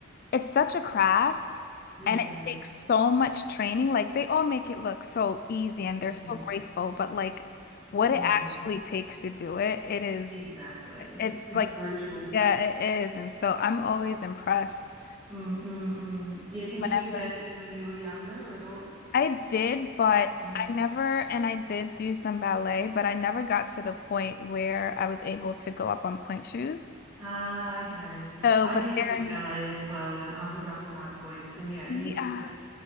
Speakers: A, on the left; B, on the right.
A: it's such a craft
B: Yeah.
A: and it takes so much training. Like they all make it look so easy and they're
B: Mm,
A: so graceful, but like what
B: mm,
A: it actually takes to do it, it is
B: exactly.
A: it's
B: It's
A: like
B: brutal.
A: yeah, it is. And so I'm always impressed
B: Mm, mm, mm. Yeah, did
A: whenever.
B: you do dancing when you were younger or at all?
A: I did, but
B: Mm.
A: I never, and I did do some ballet, but I never got to the point where I was able to go up on point shoes.
B: Ah, okay.
A: So,
B: I
A: but
B: did
A: there,
B: do ballet as well, and I was up on my points, and yeah, and
A: yeah,
B: you just have